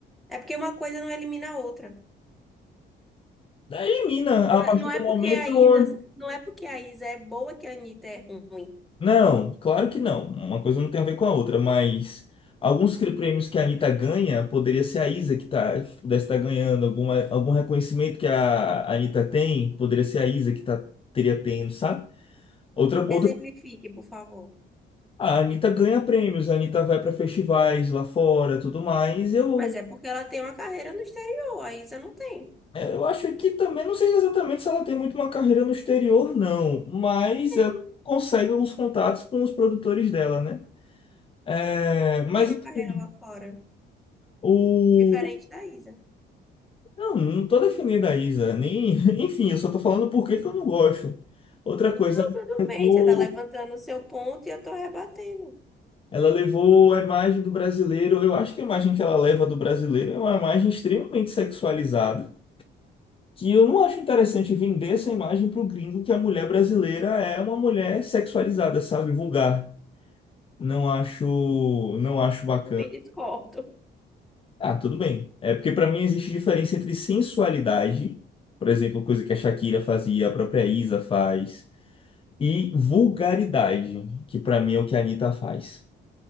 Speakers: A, in the centre; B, on the left.
A: É porque uma coisa não elimina a outra.
B: Elimina
A: Não
B: a
A: é,
B: partir
A: não é
B: do momento.
A: porque a Isa, não é porque a Isa é boa que a Anitta é ruim.
B: Não, claro que não. Uma coisa não tem a ver com a outra, mas alguns cri- prêmios que a Anitta ganha, poderia ser a Isa que tá, que pudesse estar ganhando, alguma, algum reconhecimento que a, a Anitta tem, poderia ser a Isa que tá, teria tendo, sabe? Outra,
A: Exemplifique,
B: outra,
A: por favor.
B: a Anitta ganha prêmios, a Anitta vai para festivais lá fora, tudo mais. Eu,
A: Mas é porque ela tem uma carreira no exterior, a Isa não tem.
B: é, eu acho que também, não sei exatamente se ela tem muito uma carreira no exterior, não, mas
A: Tem
B: ela consegue alguns contatos com os produtores dela, né? É, mas
A: tem uma
B: enfim,
A: carreira lá fora,
B: o
A: diferente da Isa. Então,
B: Não, não tô defendendo a Isa, nem... <laughs> Enfim, eu só tô falando por que que eu não gosto. Outra coisa, ela
A: Tudo bem,
B: levou,
A: você tá levantando o seu ponto e eu tô rebatendo.
B: ela levou a imagem do brasileiro, eu acho que a imagem que ela leva do brasileiro é uma imagem extremamente sexualizada, que eu não acho interessante vender essa imagem pro gringo que a mulher brasileira é uma mulher sexualizada, sabe, vulgar. Não acho, não acho bacana.
A: Não me discordo.
B: Ah, tudo bem. É porque pra mim existe diferença entre sensualidade, por exemplo, coisa que a Shakira fazia, a própria Isa faz e vulgaridade, que pra mim é o que a Anitta faz.